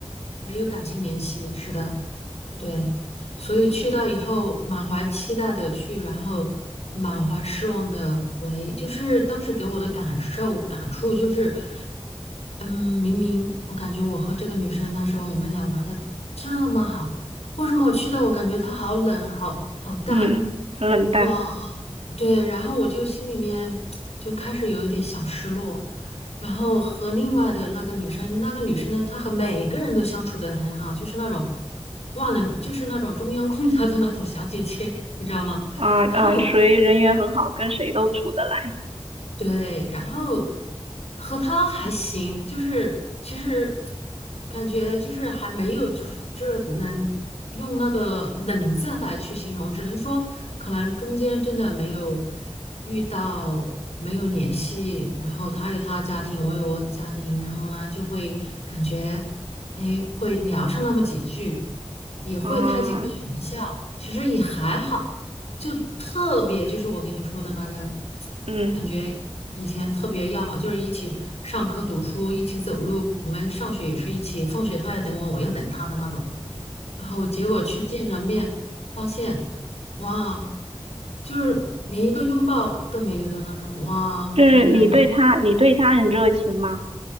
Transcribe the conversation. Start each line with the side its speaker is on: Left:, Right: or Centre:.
Left: 没有感情联系。是的。对，所以去到以后，
Right: 嗯
Left: 满怀期待的去，然后满怀失望的回，就是当时给我的感受感触就是，嗯，明明我感觉我和这个女生那时候我们俩玩的这么好，为什么我去到我感觉她好冷，好好淡，
Right: 嗯，很冷淡
Left: 哇，对，然后我就心里面就开始有一点小失落，然后和另外的那个女生，那个女生呢，她和每个人都相处得很好，就是那种万能，就是那种中央空调的那种小姐姐，你知道吗？
Right: 啊啊，
Left: 然后
Right: 属于人缘很好，跟谁都处得来
Left: 对，然后和他还行，就是其实感觉就是还没有，就是就是能用那个冷字来去形容，只能说可能中间真的没有遇到，没有联系，然后他有他的家庭，我有我的家庭，然后呢就会感觉，哎，会聊上那么几句，也会开几个玩笑，
Right: 啊，
Left: 其实也还好。就特别就是我跟你说的那个。
Right: 嗯，
Left: 感觉以前特别要好，就是一起上课读书，一起走路。我们上学也是一起，放学他要等我，我要等他的那种。然后结果去见了面，发现，哇，就是连一个拥抱都没有的那种。哇，我整个人我
Right: 是你对他，你对他很热情吗？